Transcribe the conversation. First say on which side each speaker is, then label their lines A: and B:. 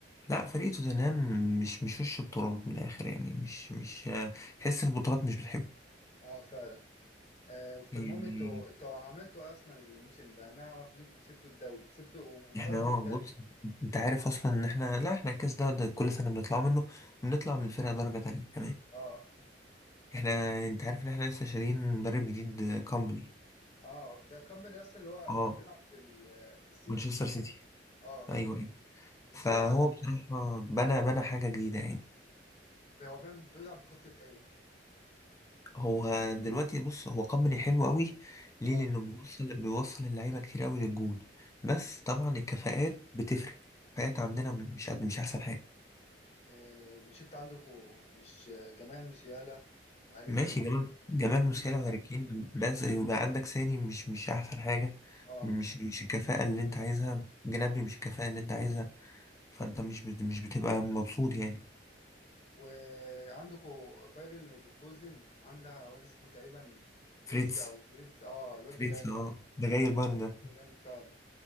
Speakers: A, on the left; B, on the left.
A: لا فريق توتنهام مش مش وش بطولات من الاخر يعني مش مش آه، تحس إن البطولات مش بتحبه
B: اه فعلا آه فالمهم
A: يعني
B: انتوا انتوا عملتوا إيه اصلا الموسم ده انا عارف ان انتوا كسبتوا الدوري كسبتوا و- وطلعتوا
A: احنا اه
B: من الكاس
A: بص انت عارف اصلا ان احنا لا احنا الكاس ده, ده كل سنة بنطلع منه بنطلع من فرقة درجة تانية كمان
B: اه <laughs>
A: احنا انت عارف ان احنا لسه شارين مدرب جديد كومباني
B: اه ده كامباني اصلا اللي هو
A: اه
B: كان بيلعب في ال... في السيتي
A: مانشستر سيتي
B: اه
A: ايوه ايوه
B: بس
A: فهو
B: هو
A: بصراحة بنى بنى حاجة جديدة يعني
B: هو بيعمل- بيلعب بخطة ايه؟
A: هو دلوقتي بص هو كومباني حلو قوي ليه
B: اه
A: لانه بيوصل بيوصل اللعيبة كتير قوي للجون بس طبعا الكفاءات بتفرق الكفاءات عندنا مش قد- مش احسن حاجة
B: آه، مش انت عندكوا مش آه، جمال مسيالا وهاري
A: ماشي
B: كين
A: جمال جمال
B: ومين
A: موسيالا
B: كمان؟
A: وهاري كين بس يبقى عندك ساني مش مش احسن حاجة
B: اه
A: مش مش الكفاءة اللي انت عايزها جنابري
B: مم.
A: مش الكفاءة اللي انت عايزها فانت مش بت... مش بتبقى مبسوط يعني
B: وعندكوا بايرن ليفركوزن عندها واد اسمه تقريبا
A: فريتز
B: ويتز او فريدز اه الواد
A: فريتز
B: ده جامد
A: اه ده جاي البايرن ده
B: ده جامد فعلا